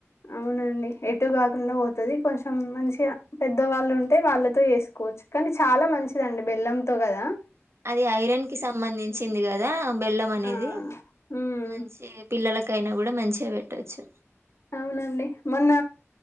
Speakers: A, on the left; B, on the right.
A: అవునన్ ఎటు కాకుండ పోతది, కొంచెం మంచిగా పెద్దవాళ్ళు ఉంటే వాళ్ళతో చేసుకోవచ్చు కానీ చాల్. చాలా మంచిదండి బెల్లంతో కదా
B: అది ఐరన్ కి సంబంధించింది కదా బెల్లం అనేది
A: ఆ! హ్మ్.
B: మంచి పిల్లలకైనా కూడా మంచిగా పెట్టొచ్చు
A: అవునండి మొన్న